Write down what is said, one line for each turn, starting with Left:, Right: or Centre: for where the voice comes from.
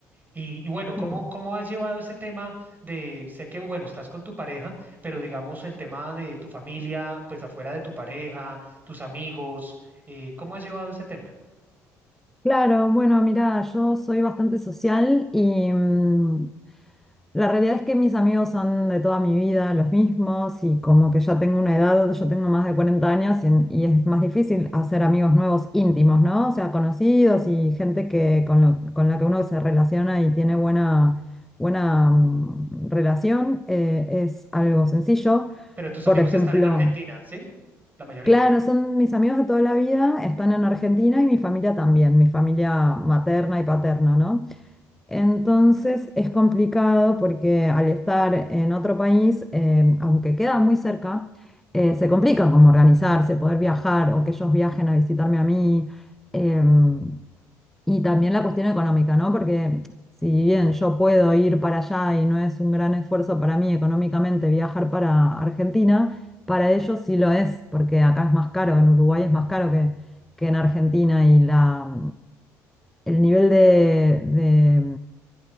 Right: Y, y bueno, ¿cómo,
Centre: eh,
Right: cómo has llevado ese tema de, sé que, bueno, estás con tu pareja, pero digamos el tema de tu familia, pues afuera de tu pareja, tus amigos, eh, ¿cómo has llevado ese tema?
Centre: claro, bueno, mira, yo soy bastante social y, mm, La realidad es que mis amigos son de toda mi vida los mismos y como que ya tengo una edad, yo tengo más de 40 años y, y es más difícil hacer amigos nuevos íntimos, ¿no? O sea, conocidos y gente que, con, lo- con la que uno se relaciona y tiene buena, buena mm, relación, eh, es algo sencillo.
Right: Pero tus
Centre: Por
Right: amigos
Centre: ejemplo,
Right: están en Argentina, ¿sí? La mayoría.
Centre: claro, son mis amigos de toda la vida, están en Argentina y mi familia también, mi familia materna y paterna, ¿no? Entonces es complicado porque al estar en otro país, eh, aunque queda muy cerca, eh, se complica como organizarse, poder viajar o que ellos viajen a visitarme a mí. em, y también la cuestión económica, ¿no? Porque si bien yo puedo ir para allá y no es un gran esfuerzo para mí económicamente viajar para Argentina, para ellos sí lo es, porque acá es más caro, en Uruguay es más caro que, que en Argentina y la, el nivel de de,